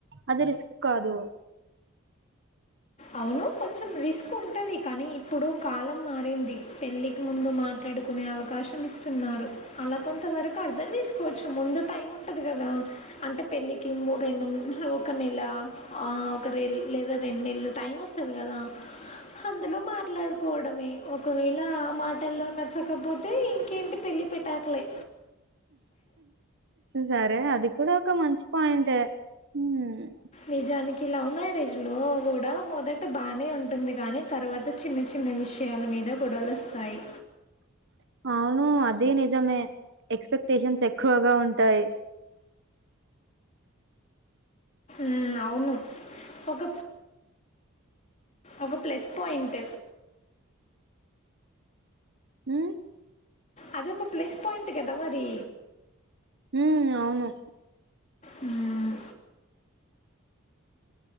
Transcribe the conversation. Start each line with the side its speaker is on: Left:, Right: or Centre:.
Right: అది రిస్క్ కాదు.
Left: అవును కొంచెం రిస్ కు ఉంటది కానీ ఇప్పుడు కాలం మారింది పెళ్ళికి ముందు మాట్లాడుకునే అవకాశం ఇస్తుం న్నారు అలా కొంత వరకు అర్థం చేసుకోవచ్చు, ముందు టైం ఉంటది కదా అంటే పెళ్లికి మూ రెండు, మూడు ఒక నెల ఆ ఒక రె లేదా రెండు నెల్లు టైం వస్తది కదా. అందులో మాట్లాడుకోవడమే ఒకవేళ ఆ మాటల్లో నచ్చకపోతే ఇంకేంటి పెళ్లి పెటాకులే
Right: సరే అది కూడా ఒక మంచి పాయింటే మ్ఁ
Left: నిజానికి లవ్ మ్యారేజ్ లో కూడ మొదట బానే ఉంటుంది కాని తర్వాత చిన్న చి న్న విషయాల మీద గొడలొస్తాయి.
Right: <inaudible> అవును అదే నిజమే ఎక్స్పెక్టేషన్స్ ఎక్కువగా ఉంటాయి.
Left: మ్మ్ అవును. ఒక ఒక ప్లస్ పాయింట్
Right: మ్ఁ
Left: అదొక ప్లేస్ పాయింట్ కదా మరీ.
Right: హ్మ్ అవును.
Left: హ్మ్